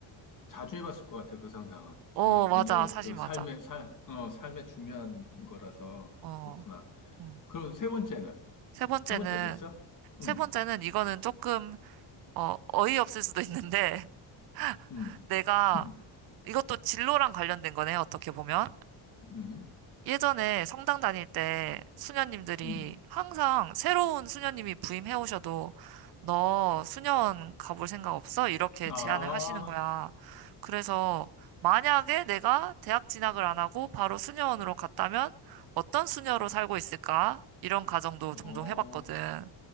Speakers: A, on the left; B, on the right.
A: 자주 해봤을 것 같아 그 상상은.
B: 어,
A: 그게 굉장히
B: 맞아. 사실
A: 그
B: 맞아.
A: 삶의 살, 어, 삶의 중요한 거라서
B: 어,
A: 그렇구나.
B: 음.
A: 그럼 세 번째는
B: 세 번째는
A: 세 번째도 있어?
B: 세
A: 음,
B: 번째는 이거는 조금 어, 어이없을 수도 있는데
A: 음,
B: <laughs> 내가
A: <laughs>
B: 이것도 진로랑 관련된 거네, 어떻게 보면.
A: 음,
B: 예전에 성당 다닐 때 수녀님들이
A: 음.
B: 항상 새로운 수녀님이 부임해 오셔도 너 수녀원 가볼 생각 없어? 이렇게
A: 아,
B: 제안을 하시는 거야. 그래서 만약에 내가 대학 진학을 안 하고 바로 수녀원으로 갔다면 어떤 수녀로 살고 있을까? 이런 가정도
A: 어,
B: 종종 해봤거든.